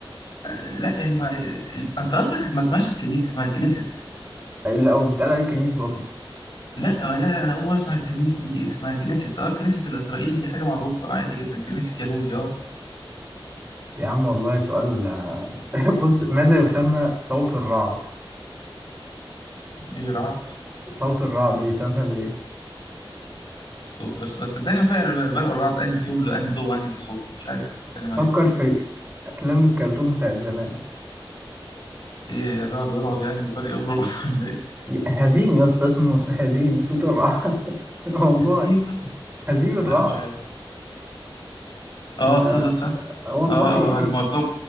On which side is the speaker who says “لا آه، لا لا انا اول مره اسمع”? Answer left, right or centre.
Left